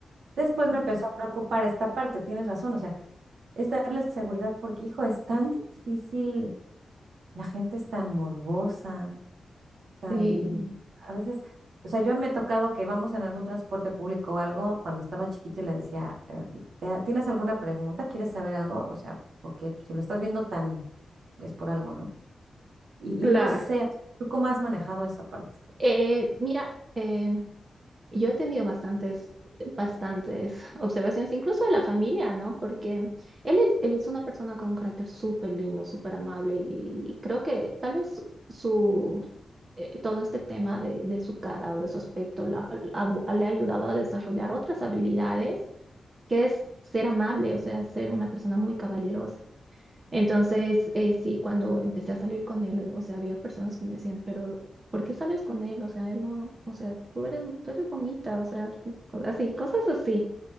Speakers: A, on the right; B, on the right.
A: Después me empezó a preocupar esta parte, tienes razón, o sea, es darle seguridad porque, hijo, es tan difícil, la gente es tan morbosa, tan,
B: Sí,
A: a veces, o sea, yo me he tocado que vamos en algún transporte público o algo cuando estaba chiquito y le decía, eh, "Te- ¿tienes alguna pregunta? ¿Quieres saber algo? O sea, porque si lo estás viendo tan, es por algo, ¿no? Y,
B: claro.
A: y no sé, ¿tú cómo has manejado esa parte?
B: Eh, mira, eh, Yo he tenido bastantes, bastantes observaciones, incluso de la familia, ¿no? Porque él es, él es una persona con un carácter súper lindo, súper amable y, y creo que tal vez su, eh, todo este tema de, de su cara o de su aspecto la- la- ha- le ha ayudado a desarrollar otras habilidades, que es ser amable, o sea, ser una persona muy caballerosa. Entonces, eh, sí, cuando empecé a salir con él, o sea, había personas que me decían, pero ¿por qué sales con él? O sea, él no, o sea, tú eres, tú eres bonita, o sea, co- así, cosas así.